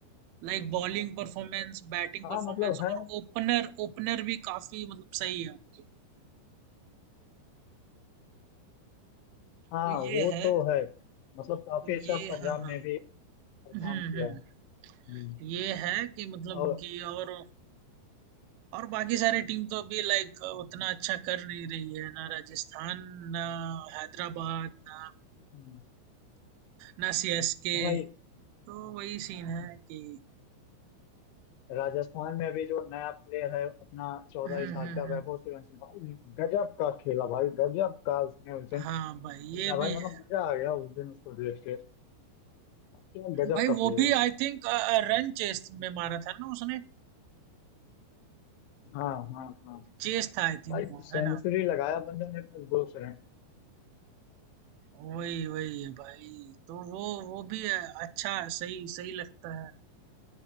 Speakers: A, on the right; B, on the left.
A: like bowling performance batting
B: हाँ
A: performance
B: मतलब है
A: और ओपनर ओपनर भी काफी मतलब सही है उनके
B: हाँ
A: तो ये
B: वो
A: है
B: तो है मतलब काफी
A: तो ये
B: अच्छा पंजाब
A: हाँ हाँ
B: में भी परफॉर्म
A: हम्म
B: किया
A: हम्म
B: है हम्म,
A: ये है कि मतलब
B: और
A: कि और और बाकी सारी टीम तो अभी लाइक उतना अच्छा कर नहीं रही है ना राजस्थान ना हैदराबाद ना
B: हम्म,
A: ना सीएसके
B: और भाई
A: तो वही सीन है कि
B: राजस्थान में अभी जो नया प्लेयर है अपना चौदह
A: हम्म
B: साल
A: हम्म
B: का
A: हम्म,
B: वैभव सूर्यवंशी भाई गजब का खेला भाई गजब का उसने उस दिन
A: हाँ भाई
B: खेला
A: ये
B: भाई
A: भी
B: मतलब
A: है
B: मजा आ गया उस दिन उसको देख के क्या गजब
A: भाई
B: का
A: वो
B: प्लेयर
A: भी
B: है
A: आई थिंक रन चेस में मारा था ना उसने
B: हाँ हाँ हाँ
A: चेस था आई थिंक
B: भाई
A: वो
B: सेंचुरी
A: है ना
B: लगाया बंदे ने अपने दो से हाँ
A: वही वही है भाई तो वो वो भी है, अच्छा सही सही लगता है